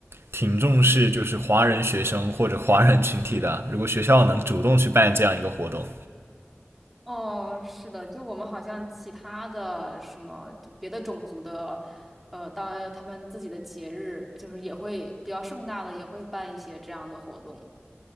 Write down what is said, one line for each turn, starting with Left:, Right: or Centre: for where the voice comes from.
Right: 挺重视就是华人学生或者华人群体的啊如果学校能主动去办这样一个活动，
Centre: 哦，是的，就我们好像其他的什么，就别的种族的，呃，当呃他们自己的节日，就是也会比较盛大的，也会办一些这样的活动。